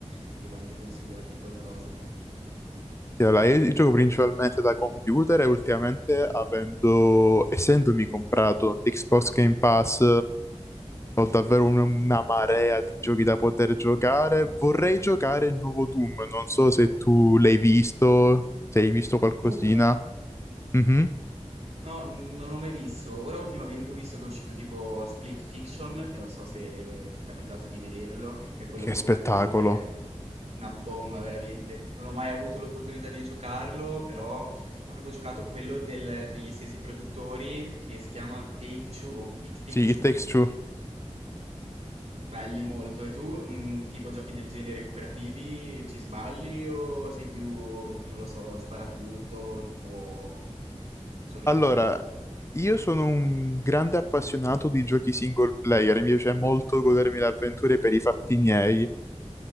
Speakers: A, on the right; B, on the left.
A: potevo anche consigliarti qualcosa.
B: Sì, allora, io gioco principalmente da computer e ultimamente avendo, essendomi comprato l'Xbox Game Pass Ho davvero un- una marea di giochi da poter giocare. Vorrei giocare il nuovo Doom. Non so se tu l'hai visto, se hai visto qualcosina.
A: Doom?
B: Mhm.
A: No, non l'ho mai visto. Ora ultimamente ho visto che è uscito tipo Split Fiction, che non so se ti è capitato di vederlo, che è quello
B: Che
A: cooperativo
B: spettacolo.
A: che è una bomba veramente. Non ho mai avuto l'opportunità di giocarlo, però avevo giocato quello del- degli stessi produttori che si chiama Take Two, It Take
B: Sì,
A: Two.
B: It Takes Two.
A: Belli molto. E tu, mm, tipo giochi del genere cooperativi, ci sballi o sei più, non lo so, sparatutto o solitario?
B: Allora, io sono un grande appassionato di giochi single player. Mi piace molto godermi le avventure per i fatti miei.